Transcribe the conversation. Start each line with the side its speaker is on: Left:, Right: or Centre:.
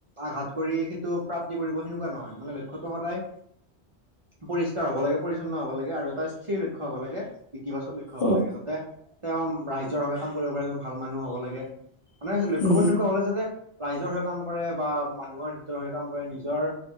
Right: আঘাত কৰি সেইটো প্ৰাপ্তি কৰিব সেনেকুৱা নহয়। মানে লক্ষ্যটো সদায় পৰিষ্কাৰ হ'ব লাগে, পৰিচ্ছন্ন হব লাগে আৰু এটা স্থিৰ লক্ষ্য হ'ব লাগে ইতিবাচক লক্ষ্য হ'ব
Left: অ-
Right: লাগে। যাতে তেওঁ ৰাইজৰ হকে কাম কৰিব পাৰে, এজন ভাল মানুহ হব লাগে। মানে লক্ষ্যবোৰ
Left: উম, উম,
Right: সেনেকুৱা হলে যাতে ৰাইজৰ হৈ কাম কৰে বা মানুহৰ হিতৰ হৈ কাম কৰে। নিজৰ